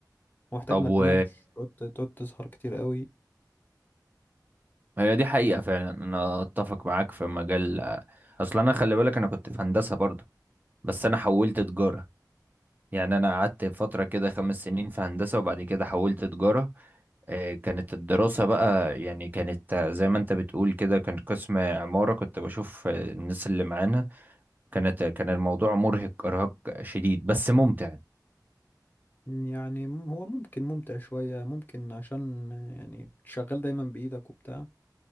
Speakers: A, on the left; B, on the right.
A: ومحتاج
B: طب
A: ما
B: و
A: تنامش تقعد تقعد تسهر كتير قوي
B: هي دي حقيقة فعلا انا اتفق معاك في مجال اصلا انا خلي بالك انا كنت في هندسة برضه بس انا حولت تجارة يعني انا قعدت فترة كده خمس سنين في هندسة وبعد كده حولت تجارة آه، كانت الدراسة بقى يعني كانت آه، زي ما انت بتقول كده كان قسم عمارة كنت بشوف آه، الناس اللي معانا كانت آه، كان الموضوع مرهق إرهاق شديد بس ممتع
A: يعني م- هو ممكن ممتع شوية ممكن عشان يعني شغال دايما بإيدك وبتاع